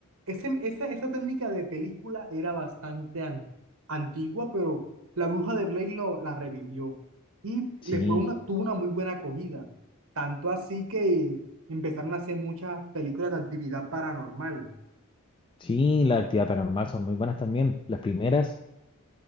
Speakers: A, on the right; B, on the left.
A: ese- esa, esa técnica de película era bastante an- antigua, pero la bruja de Blair lo, la revivió y
B: Sí,
A: le fue una, tuvo una muy buena acogida. Tanto así que empezaron a hacer muchas películas de actividad paranormal.
B: sí, las actividades paranormal son muy buenas también. Las primeras,